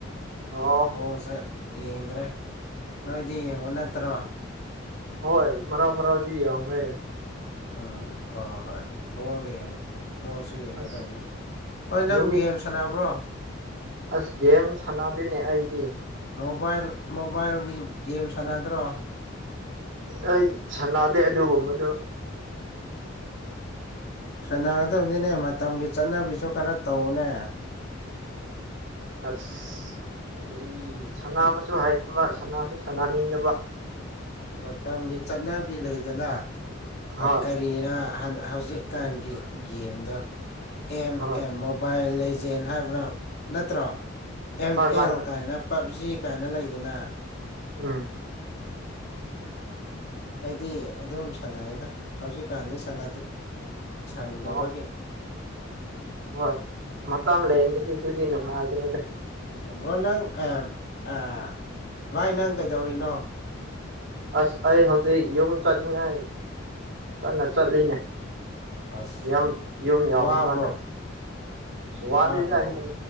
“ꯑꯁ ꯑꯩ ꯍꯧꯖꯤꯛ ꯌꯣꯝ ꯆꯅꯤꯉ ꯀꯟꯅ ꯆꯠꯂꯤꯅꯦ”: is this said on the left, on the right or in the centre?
Right